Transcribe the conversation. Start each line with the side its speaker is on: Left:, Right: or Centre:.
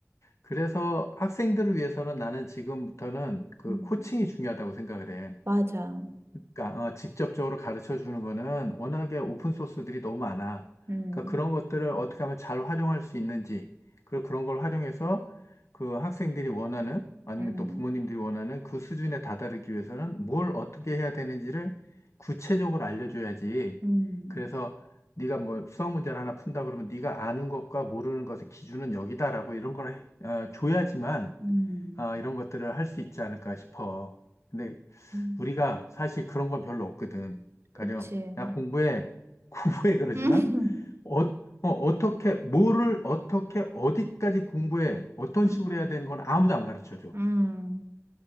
Left: 그래서 학생들을 위해서는 나는 지금부터는 그
Right: 음,
Left: 코칭이 중요하다고 생각을 해.
Right: 맞아.
Left: 그러니까 어, 직접적으로 가르쳐 주는 거는 워낙에 오픈 소스들이 너무 많아.
Right: 음,
Left: 그러니까 그런 것들을 어떻게 하면 잘 활용할 수 있는지, 그리고 그런 걸 활용해서 그 학생들이 원하는 아니면
Right: 음,
Left: 또 부모님들이 원하는 그 수준에 다다르기 위해서는 뭘 어떻게 해야 되는지를 구체적으로 알려줘야지.
Right: 음,
Left: 그래서 네가 뭐 수학 문제를 하나 푼다 그러면 네가 아는 것과 모르는 것의 기준은 여기다라고 이런 걸 해- 어, 줘야지만
Right: 음,
Left: 아, 이런 것들을 할 수 있지 않을까 싶어. 근데
Right: 음,
Left: 우리가 사실 그런 건 별로 없거든.
Right: 그치.
Left: 가령, 야, 공부해. <laughs> 공부해. 그러지만,
Right: 음, <laughs>
Left: 어, 어, 어떻게, 뭐를 어떻게, 어디까지 공부해. 어떤
Right: 음,
Left: 식으로 해야 되는 건 아무도 안 가르쳐 줘.
Right: 음,